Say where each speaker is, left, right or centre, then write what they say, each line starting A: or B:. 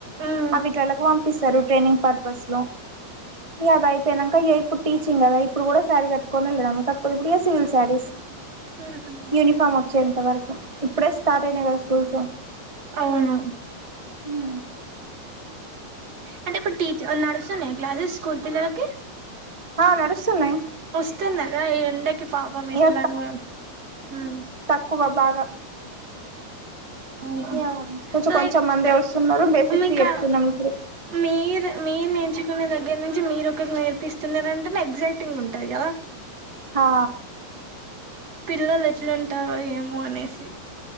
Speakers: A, on the right; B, on the right.
A: మ్మ్
B: అవిట్లళ్ళకు పంపిస్తారు ట్రైనింగ్ పర్పస్ లో ఇగ అది అయిపోయినంక ఇగ ఇప్పుడు టీచింగ్ ఇప్పుడు కూడా శారీ కట్టుకొని వెళ్ళడం కాకపోతే ఇప్పుడు సివిల్ శారీస్
A: అహా
B: యూనిఫామ్ వచ్చేంతవరకు ఇప్పుడే స్టార్ట్ అయినాయి కదా స్కూల్స్
A: అవును
B: మ్
A: అంటే ఇప్పుడు టీచ్ నడుస్తున్నాయ క్లాసెస్ స్కూల్ పిల్లలకి
B: ఆ నడుస్తున్నాయి
A: వస్తున్నారా ఈ ఎండకి పాపం
B: ఇగ
A: ఎట్లనో మ్
B: క్కువ బాగా
A: మ్
B: ఇగ కొంచెం
A: లైక్
B: కొంచెం మందే వస్తున్నారు బేసిక్స్
A: మీకా
B: చెప్తున్నాం ఇప్పుడు
A: మీరు మెన్ ఏజ్ కునే దగ్గర నుంచి మీరు ఒకరికి నేర్పిస్తున్నారంటేనే ఎక్సైటింగ్ ఉంటది కదా
B: హా
A: పిల్లలు ఎట్లుంటారో ఏమో అనేసి